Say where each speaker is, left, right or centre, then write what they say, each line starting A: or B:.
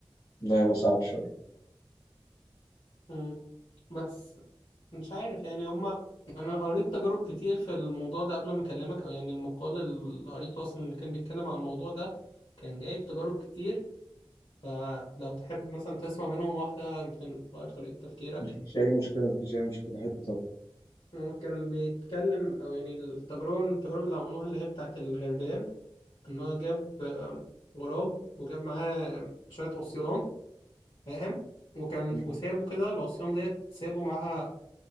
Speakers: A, on the left; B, on the left.
A: ده هيبقى صعب شوية
B: مم. بس مش عارف يعني هما أنا قريت تجارب كتير في الموضوع ده قبل ما أكلمك أو يعني المقال اللي قريته أصلا اللي كان بيتكلم عن الموضوع ده كان جايب تجارب كتير فلو تحب مثلا تسمع منهم واحدة يمكن تغير طريقة تفكيرك
A: مفيش أي مشكلة مفيش أي مشكلة أحب طبعا
B: ممكن بيتكلم أو يعني التجربة من التجارب اللي عملوها اللي هي بتاعت الغربان إن هو جاب آه، غراب وجاب معاه شوية عصيان فاهم وكان
A: مم.
B: وسابه كده العصيان ديت سابه معاها